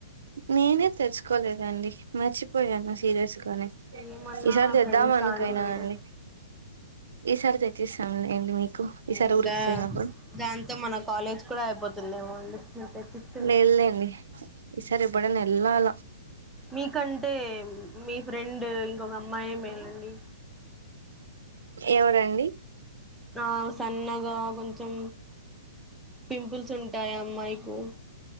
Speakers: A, on the right (about 80°); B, in the centre.
A: నేనే తెచ్చుకోలేదండి, మర్చిపోయాను సీరియస్ గా. కాని
B: ఏమన్నా
A: ఈసారి తెద్దాం
B: ఫ్రెండ్సా
A: అనుకైనా
B: అండి మీరు
A: నండి. ఈసారి తెచ్చిస్తాములెండి మీకు. ఈసారి
B: ఇంకా,
A: ఊరికి పోయినప్పుడు
B: దాంతో మన కాలేజ్ కూడా అయిపోతుందేమో అండి. మీరు తెప్పించారు
A: లేద్ లేండి, ఈసారి ఎప్పుడన్న ఎళ్ళాల.
B: మీకంటే మీ ఫ్రెండు, ఇంకొక అమ్మాయో మేలండి.
A: ఎవరండి?
B: ఆ, సన్నగా కొంచెం. పింపుల్స్ ఉంటాయ్, ఆ అమ్మాయుకు.